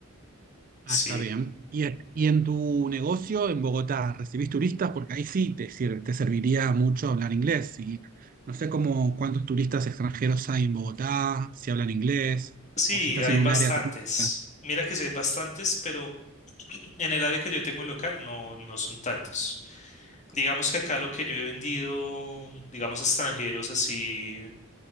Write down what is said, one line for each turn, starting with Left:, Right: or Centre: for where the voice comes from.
Left: Sí,
Right: Ah, está bien. ¿Y, y en tu negocio en Bogotá recibís turistas? Porque ahí sí te sir- te serviría mucho hablar inglés. Y no sé cómo cuántos turistas extranjeros hay en Bogotá, si hablan inglés,
Left: sí,
Right: o si estás
Left: hay
Right: en
Left: bastantes.
Right: un área turística.
Left: Mira que sí hay bastantes, pero en el área que yo tengo local no, no son tantos. Digamos que acá lo que yo he vendido, digamos, a extranjeros así